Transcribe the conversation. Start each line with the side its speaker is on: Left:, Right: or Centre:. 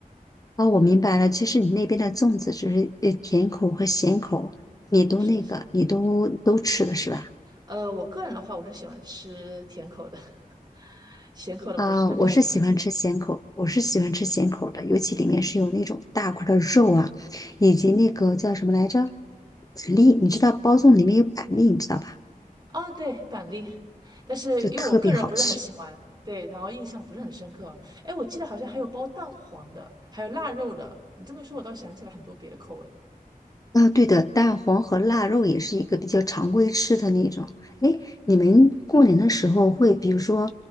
Left: 哦，我明白了。其实你那边的粽子只是呃甜口和咸口，你都那个，
Right: 是的是的。
Left: 你都都吃的是吧？
Right: 呃，我个人的话，我是喜欢吃甜口的，<laughs> 咸口的不是特别喜欢。
Left: 啊，我是喜欢吃咸口，我是喜欢吃咸口的，尤其里面是有那种大块儿的肉啊，以及那个叫什么来着，板栗，你知道包粽里面有板栗，你知道吧？
Right: 哦，对，板栗，但是因为我个人不是很喜欢，
Left: 就特别好吃。
Right: 对，然后印象不是很深刻。哎，我记得好像还有包蛋黄的，还有腊肉的。你这么一说，我倒想起来很多别的口味。
Left: 啊，对的，蛋黄和腊肉也是一个比较常规吃的那种。哎，你们过年的时候会，比如说